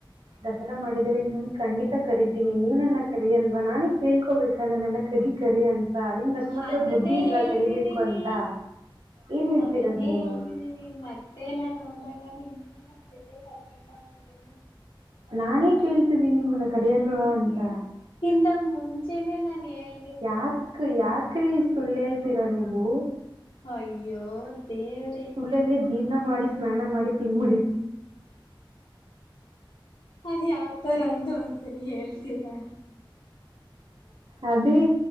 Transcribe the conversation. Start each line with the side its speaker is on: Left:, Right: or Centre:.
Right: ದಸರಾ ಮಾಡಿದರೆಮ್ಮನ್ ಖಂಡಿತ ಕರಿತೀನಿ ನೀವ್ ನನ್ನ ಕರಿ ಅಲ್ವಾ ನಾನೇ ಕೇಳ್ಕೋಬೇಕ ನ ನನ್ನ ಕರಿ ಕರಿ ಅಂತ ನಿಮ್ಗೆ ಅಷ್ಟು ಮಾತ್ರ
Left: ಅದನ್ನೇ
Right: ಬುದ್ಧಿ ಇಲ್ವಾ
Left: ಹೇಳ್ತಿದೀನಿ
Right: ಕರಿಬೇಕು ಅಂತ ಏನು ಹೇಳ್ತಿರೋದು
Left: ಅದನ್ನೇ
Right: ನೀವು
Left: ಹೇಳ್ತಿದ್ದೀನಿ ಮತ್ತೆ. ಮತ್ತೆ ನಾನು ಹೋದಾಗ ನಿಮ್ಮನ್ನು ನನ್ ಜೊತೆ ಕರ್ಕೊಂಡ್ ಹೋಗ್ತೀನಿ.
Right: ನಾನೇ ಕೇಳ್ತಿದ್ದೀನಿ ನಿಮ್ಮಲ್ಲ ಕರೆಯಲ್ವಾ ಅಂತ.
Left: ಇದಕ್ಕಿಂತ ಮುಂಚೆನೆ ನಾನು ಹೇಳ್.
Right: ಯಾಕ್ ಯಾಕ. ಬರೀ ಸುಳ್ಳ ಹೇಳ್ತಿರ. ಅ ನೀವು
Left: ಅಯ್ಯೋ ದೇವ್ರೇ
Right: ಸುಳ್ಳಲ್ಲೇ ಜೀವನ ಮಾಡಿ ಸ್ನಾನ ಮಾಡಿ ತಿನ್ಮಿಡಿ
Left: ಅದ್ ಯಾವ್ತರ ಅಂತ ಒಂದ್ಸಲಿ ಹೇಳ್ತೀರಾ
Right: ಅದೇ